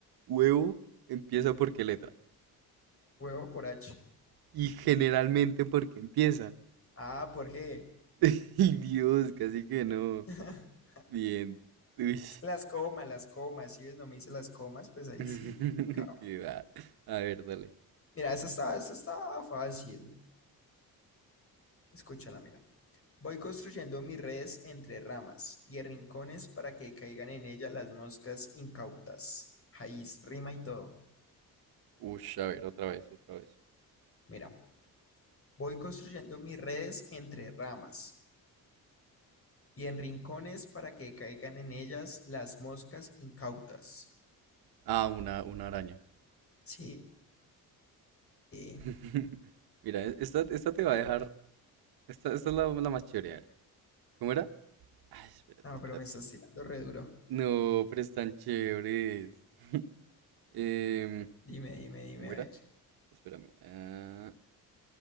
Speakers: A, on the right; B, on the left.
A: Huevo empieza porque letra.
B: Huevo por H.
A: Y generalmente porque empieza.
B: Ah, por G.
A: <laughs> Dios, casi que no.
B: <laughs>
A: Bien. Uy.
B: Es que las comas, las comas. Si ves, no me hice las comas, pues ahí
A: <laughs>
B: sí, complicado.
A: Qué va. A ver, dale.
B: Mira, esta está, esta está fácil. Escúchala, mira. Voy construyendo mis redes entre ramas y en rincones para que caigan en ella las moscas incautas. Ahí rima y todo.
A: Uy, a ver, otra vez, otra vez.
B: Mira, voy construyendo mis redes entre ramas y en rincones para que caigan en ellas las moscas incautas.
A: Ah, una, una araña.
B: Sí, sí.
A: <laughs> Mira, e-, esta, esta te va a dejar. Esta, esta es la, la más chévere. A ver, ¿Cómo era? Ay, espérate,
B: no,
A: espérate.
B: pero me estás tirando re duro.
A: No, pero están chéveres. <laughs> Em,
B: Dime, dime, dime,
A: ¿cómo
B: a ver.
A: era? Espérame. ah,